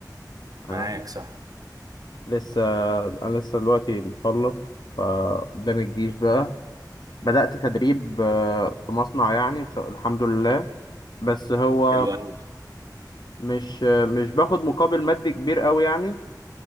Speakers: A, on the right; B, on the left.
A: معاك
B: أنا
A: صح
B: لسه أنا لسه دلوقتي مخلص فقدام الجيش بقى بدأت تدريب آه، في مصنع يعني إن شاء الحمد لله بس هو
A: حلو قوي
B: مش آه، مش باخد مقابل مادي كبير قوي يعني